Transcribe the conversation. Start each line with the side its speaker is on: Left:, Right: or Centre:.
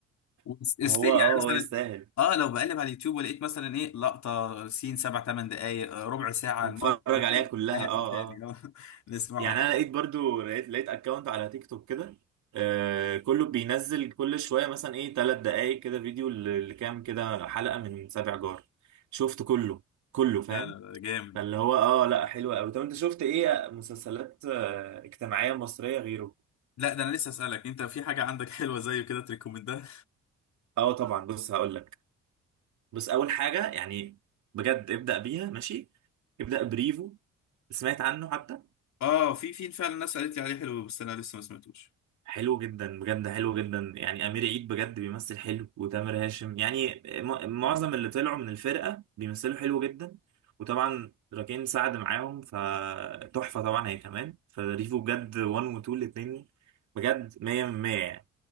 Left: وستيل
Right: ما هو
Left: يعني
Right: اه
Left: مثلا
Right: هو يستاهل
Left: اه لو بقلب على اليوتيوب ولقيت مثلا ايه لقطه سين سبع ثمان دقائق آه، ربع ساعه
Right: نتفرج
Left: الموقف الحلقه
Right: عليها كلها
Left: تاني
Right: اه آه.
Left: آه، <laughs> نسمعه
Right: يعني انا لقيت برضو لقيت لقيت اكونت على تيك توك كده آه كله بينزل كل شويه مثلا ايه ثلاث دقائق كده فيديو ل- لكام كده حلقه من سابع جار شفت كله كله فاهم
Left: لا لا لا جامد
Right: فاللي هو اه لا حلو قوي طب انت شفت ايه مسلسلات آه اجتماعيه مصريه غيره
Left: لا ده انا لسه اسالك انت في حاجه عندك <laughs> حلوه زيه كده تريكومندها
Right: اه طبعا بص هقول لك بص اول حاجه يعني بجد ابدا بيها ماشي ابدا بريفو سمعت عنه حتى
Left: اه في في فعلا ناس قالت لي عليه حلو بس انا لسه ما سمعتوش
Right: حلو جدا بجد حلو جدا يعني امير عيد بجد بيمثل حلو وتامر هاشم يعني م- معظم اللي طلعوا من الفرقه بيمثلوا حلو جدا وطبعا راكين سعد معاهم فتحفه طبعا هي كمان فريفو بجد 1 و 2 الاثنين بجد 100 من 100 يعني